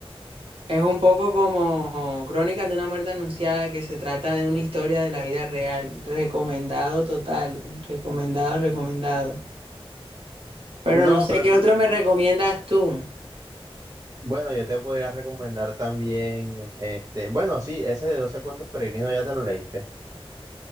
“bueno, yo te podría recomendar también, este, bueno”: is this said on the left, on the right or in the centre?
Right